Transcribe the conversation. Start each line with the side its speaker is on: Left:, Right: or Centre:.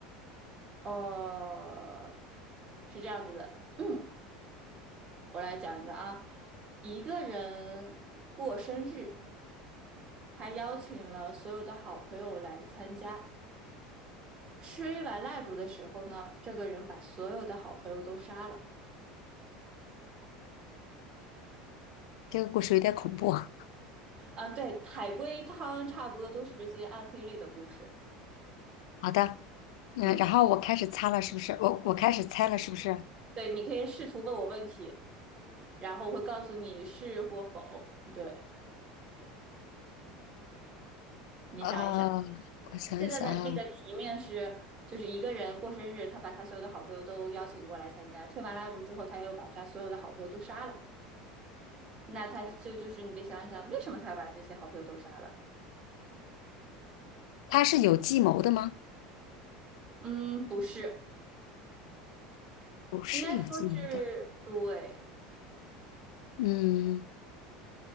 Right: 呃，是这样子的，<clears throat> 嗯，我来讲一个啊，一个人过生日，他邀请了所有的好朋友来参加。吹完蜡烛的时候呢，这个人把所有的好朋友都杀了。
Left: 这个故事有点恐怖啊。
Right: 啊，对，海龟汤差不多都是这些暗黑类的故事。
Left: <laughs> 好的，嗯，
Right: 嗯，
Left: 然后我开始擦了，是不是？我我开始猜了，是不是？
Right: 对，你可以试图问我问题，然后我会告诉你是或否。对，你想一想，
Left: 呃，我想想啊，
Right: 现在的那个题面是，就是一个人过生日，他把他所有的好朋友都邀请过来参加，吹完蜡烛之后，他又把他所有的好朋友都杀了。那他就就是你得想一想，为什么他要把这些好朋友都杀了？
Left: 他是有计谋的吗？
Right: 嗯，不是，
Left: 不是有计谋的。
Right: 应该说是对，
Left: 嗯，